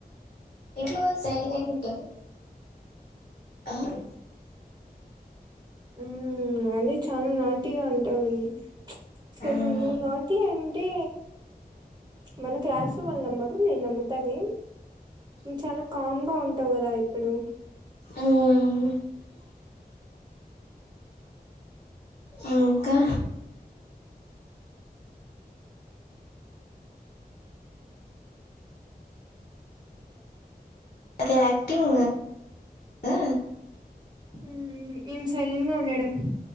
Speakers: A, on the left; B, on the right.
A: ఇంట్లో సైలెంట్ ఆహ్
B: ఊ అంటే చాలా నాటీగా ఉంటాది సలు
A: ఉమ్
B: నువ్వు నాటీ అంటే మన క్లాసు వాళ్ళు నమ్మర్ ట్రు నే నమ్ముతాలే చాలా కామ్ గా ఉం టవ్ కదా ఇప్పుడు
A: <unintelligible> ఇంకా అదే ఆక్టింగ్ అ
B: మ్ ఏం సైలిన్గా ఉండడం